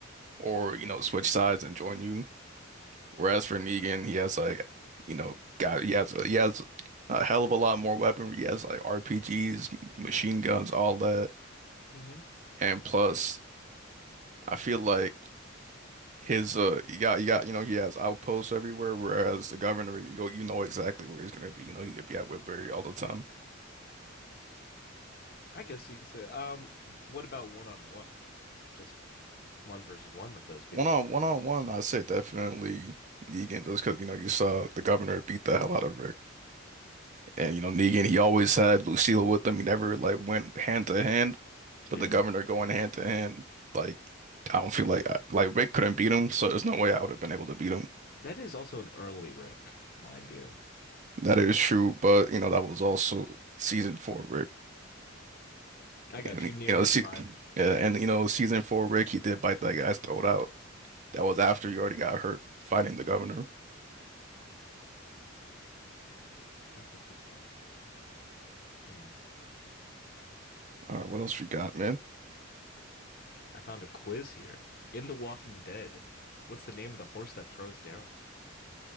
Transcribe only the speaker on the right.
or, you know, switch sides and join you. Whereas for Negan, he has like, you know, got he has a, he has a hell of a lot more weaponry. He has like RPGs, machine guns, all that.
And plus, I feel like his uh you got you got you know he has outposts everywhere whereas the governor you you know exactly where he's gonna be you know he's gonna be at Whitbury all the time
one on one on one I say definitely Negan just because you know you saw the governor beat the hell out of Rick and you know Negan he always had Lucille with him he never like went hand to hand
but the governor going hand to hand like I don't feel like like Rick couldn't beat him so there's no way I would have been able to beat him
that is true but you know that was also season four Rick
And
you know,
see,
yeah,
and
you know, season four, Rick, he did bite that guy's throat out. That was after you already got hurt fighting the governor.
All right, what else we got, man?